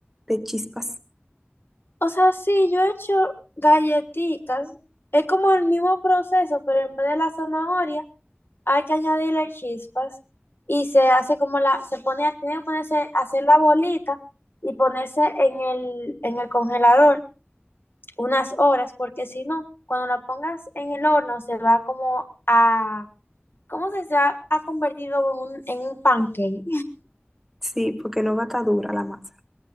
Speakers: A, in the centre; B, on the left.
A: de chispas.
B: o sea, sí, yo he hecho galletitas, es como el mismo proceso, pero en vez de la zanahoria. hay que añadirle chispas y se hace como la, se pone, tiene que ponerse, hacer la bolita y ponerse en el, en el congelador unas horas, porque si no, cuando la pongas en el horno se va como a, ¿cómo se, se ha, ha convertido en un, en un pancake?
A: Sí, porque no va a estar dura la masa.